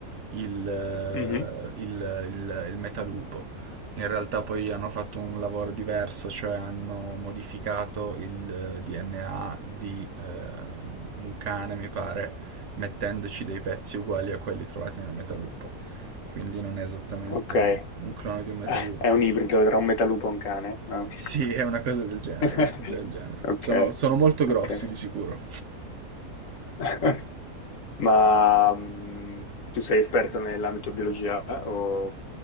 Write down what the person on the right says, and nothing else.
il, eh,
il, il, il metalupo. In realtà poi hanno fatto un lavoro diverso, cioè hanno modificato il eh, DNA di eh, un cane, mi pare, mettendoci dei pezzi uguali a quelli trovati nel Metalupo. Quindi non è esattamente
un clone di un Metalupo.
Sì, è una cosa del genere,
una cosa del genere.
Sono, sono molto grossi
di sicuro.